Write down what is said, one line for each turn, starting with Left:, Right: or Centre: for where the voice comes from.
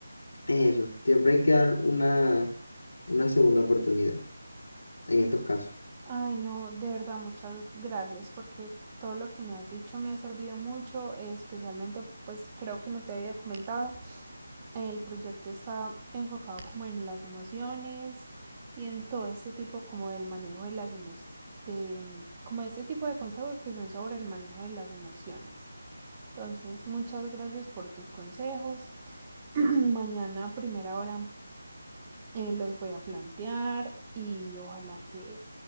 Left: es eso, siempre hay que dar una, una segunda oportunidad en estos casos.
Right: Ay, no, de verdad, muchas gracias porque todo lo que me has dicho me ha servido mucho, especialmente pues creo que no te había comentado el proyecto está enfocado como en las emociones y en todo este tipo como del manejo de las emociones, de, como este tipo de consejos que son sobre el manejo de las emociones. Entonces, muchas gracias por tus consejos. <clears throat> <coughs> Mañana a primera hora eh, los voy a plantear y ojalá que